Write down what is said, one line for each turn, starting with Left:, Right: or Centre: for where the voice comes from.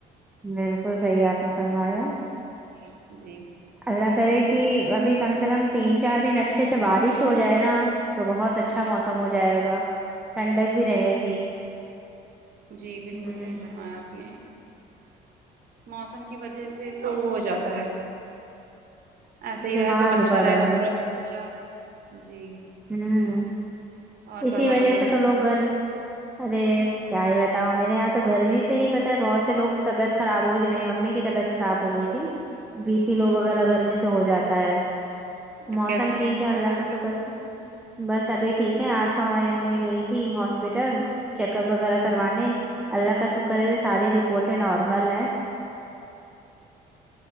Centre: بالکل صحیح ہے آپ نے فرمایا
Right: جی جی
Centre: اللہ کرے کہ ابھی کم سے کم تین چار دن اچھے سے بارش ہو جائے نا تو بہت اچھا
Right: جی
Centre: موسم ہو جائے گا ٹھنڈک بھی رہے
Right: جی
Centre: گی
Right: جی جی بالکل
Centre: ہ
Right: صحیح فرمایا آپ نے موسم کی وجہ سے تو وہ ہو جاتا ہے ایسے ہی
Centre: بیمار
Right: رہے تو
Centre: بھی
Right: اچھا
Centre: پڑ
Right: رہے
Centre: ہیں
Right: بس
Centre: لوگ
Right: تو ٹھنڈا جی
Centre: ہوں
Right: اور
Centre: اسی
Right: فرمائیے
Centre: وجہ سے تو لوگ گھر ارے کیا ہی بتاؤ مے یہاں تو گرمی سے ہی پتاہ ہے بہت سے لوگ طبیعت خراب ہو گئی تھی میری ممی کی طبیعت خراب ہو گئی تھی بی پی لو
Right: جی
Centre: وغیرہ
Right: جی
Centre: گگر میں سے ہو جاتا ہے
Right: اب
Centre: موسم
Right: کیسی
Centre: ٹھیک
Right: ہیں امی
Centre: ہے اللہ
Right: جان آپ
Centre: کا
Right: کی
Centre: سکر سے بس ابھی ٹھیک ہے آج تو ہماری امی گئی تھی ہس ہاسپٹل چیک اپ وغیرہ کروانے اللہ کا شکر ہے کہ ساری رپورٹیں نارمل ہے